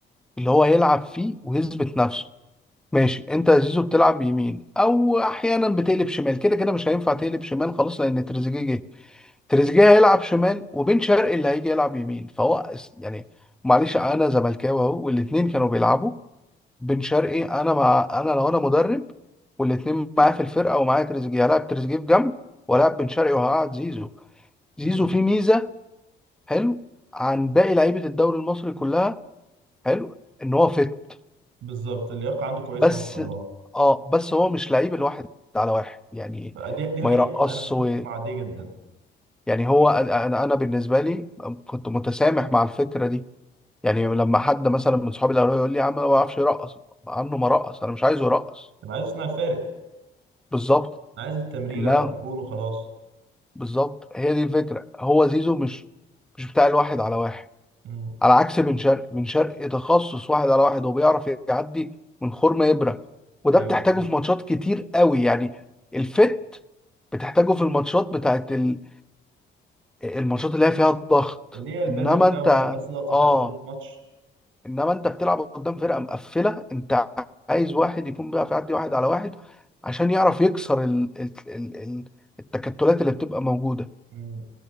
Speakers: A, in the centre; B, on the right (about 85°).
A: اللي هو يلعب فيه ويثبت نفسه ماشي انت يا زيزو بتلعب يمين او احيانا بتقلب شمال كده كده مش هينفع تقلب شمال خلاص لان تريزيجيه جه تريزيجيه هيلعب شمال وبن شرقي اللي هيجي يلعب يمين فهو اس- يعني معلش انا زملكاوي اهو والاتنين كانوا بيلعبوا بن شرقي انا مع انا لو انا مدرب والاتنين معايا في الفرقه ومعايا تريزيجيه هلاعب تريزيجيه في جنب ولاعب بن شرقي وهقعد زيزو زيزو
B: امم
A: فيه ميزه حلو عن باقي لعيبه الدوري المصري كلها حلو ان هو فت
B: بالظبط اللياقه عنده كويسه
A: بس
B: ما شاء الله
A: اه بس هو مش لعيب الواحد على واحد يعني
B: بقى دي دي حقيقه
A: ما يرقصش
B: انا متفق
A: و...
B: مع دي جدا
A: يعني هو انا انا بالنسبه لي كنت متسامح مع الفكره دي يعني لما حد مثلا من صحابي الاول يقول لي يا عم انا ما بعرفش يرقص عنه ما رقص انا مش عايزه يرقص
B: انا عايز اصنع الفارق
A: بالظبط
B: انا عايز التمريره
A: انها
B: او الجون وخلاص
A: بالظبط هي دي الفكره هو زيزو مش مش بتاع الواحد على واحد
B: امم
A: على عكس بن شرقي بن شرقي تخصص واحد على واحد وبيعرف يعدي من خرم إبرة وده
B: ايوه
A: بتحتاجه في ماتشات كتير قوي يعني الفت بتحتاجه في الماتشات بتاعت ال- الماتشات اللي هي فيها الضغط
B: اللي هي البدني
A: انما
B: بقى
A: انت
B: وانت عايز تضغط الفرقه
A: اه
B: طول الماتش
A: انما انت بتلعب قدام فرقة مقفلة انت عايز واحد يكون بيعرف يعدي واحد على واحد عشان يعرف يكسر ال... ال... ال... ال- التكتلات اللي بتبقى موجودة
B: امم